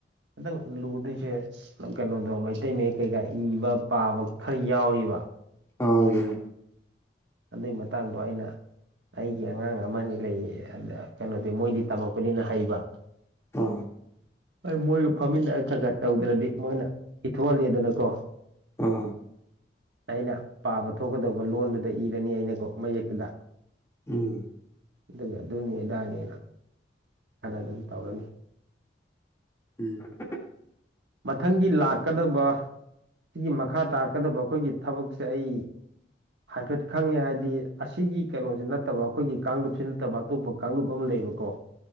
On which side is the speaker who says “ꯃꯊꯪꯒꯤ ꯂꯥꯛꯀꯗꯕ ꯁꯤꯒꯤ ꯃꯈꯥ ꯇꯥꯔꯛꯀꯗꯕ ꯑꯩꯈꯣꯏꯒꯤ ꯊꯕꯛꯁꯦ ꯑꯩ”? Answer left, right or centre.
Right